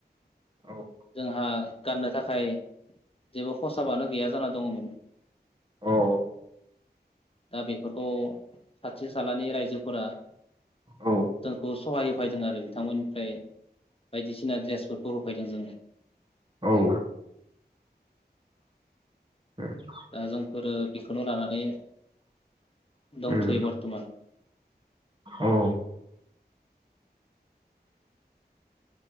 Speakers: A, on the right (about 30°); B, on the left (about 35°).
A: औ
B: जोंहा गाननो थाखाय जेबो खसाबानो गैया जाना दङमोन
A: औ
B: दा बे फोरखौ खाथि खालानि रायजोफोरा
A: औ
B: जोंखौ सहाय होफैदों आरो बिथांमोननिफ्राय बायदिसिना दड्रेसफोरखौ होफैदों जोंनो
A: औ <inaudible>
B: दा जोंफोरो बेखौनो लानानै दंथयो
A: उम
B: बरथमान
A: औ